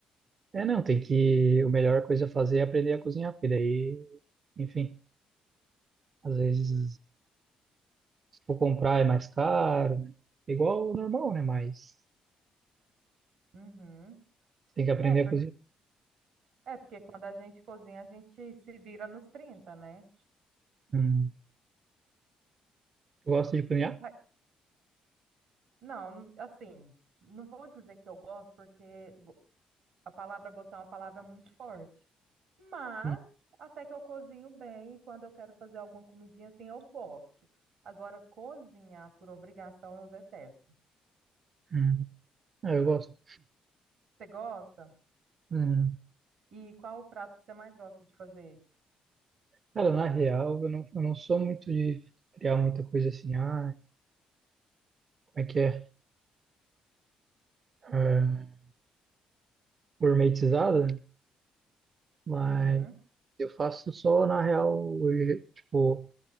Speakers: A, on the right; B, on the right.
A: É, não, tem que... A melhor coisa a fazer é aprender a cozinhar, porque daí, enfim, às vezes, se for comprar é mais caro, né? Igual o normal, né? Mas
B: Uhum.
A: tem que aprender
B: É, por,
A: a cozinhar.
B: é porque quando a gente cozinha, a gente se vira nos 30, né?
A: Hum. Tu gosta de cozinhar?
B: Mas- não, assim, não vou dizer que eu gosto, porque go- a palavra gotão é uma palavra muito forte. Mas
A: Hum.
B: até que eu cozinho bem e quando eu quero fazer alguma comidinha assim, eu gosto. Agora, cozinhar por obrigação eu detesto.
A: hum. Ah, eu gosto.
B: Você gosta?
A: Hum.
B: E qual o prato que você mais gosta de fazer?
A: Cara, na real, eu não, eu não sou muito de criar muita coisa assim, ah, como é que é? Ah, gourmetizada, mas
B: Uhum.
A: eu faço só, na real, hoje, tipo,